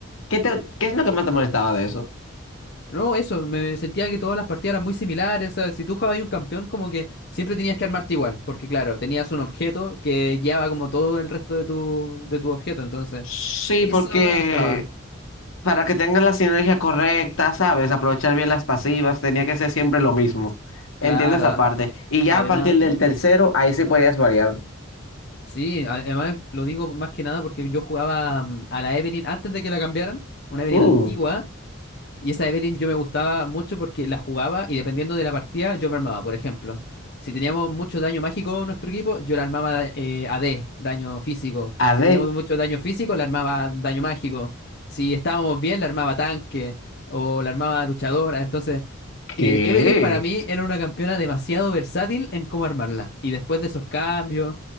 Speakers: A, on the left; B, on the left.
A: ¿Qué te, qué es lo que más te molestaba de eso?
B: No, eso, me sentía que todas las partidas eran muy similares, o sea, si tú jugabas un campeón como que siempre tenías que armarte igual, porque claro, tenías un objeto que guiaba como todo el resto de tu, de tu objeto, entonces
A: Sí,
B: eso
A: porque
B: no me gustaba.
A: para que tengas la sinergia correcta, ¿sabes? Aprovechar bien las pasivas, tenía que ser siempre lo mismo.
B: Claro,
A: Entiendo esa
B: a-
A: parte. Y ya
B: además,
A: a partir del
B: ¿Mm?
A: tercero, ahí sí podías variar.
B: sí, a- además lo digo más que nada porque yo jugaba mm, a la Evelynn antes de que la cambiaran, una Evelynn
A: Mm,
B: antigua, Y esa Evelynn yo me gustaba mucho porque la jugaba y dependiendo de la partida yo me armaba, por ejemplo. Si teníamos mucho daño mágico en nuestro equipo, yo la armaba eh, AD, daño físico.
A: AD,
B: Si teníamos mucho daño físico, la armaba daño mágico. Si estábamos bien, la armaba tanque o la armaba luchadora. Entonces,
A: ¿qué?
B: eh, Evelynn para mí era una campeona demasiado versátil en cómo armarla. Y después de esos cambios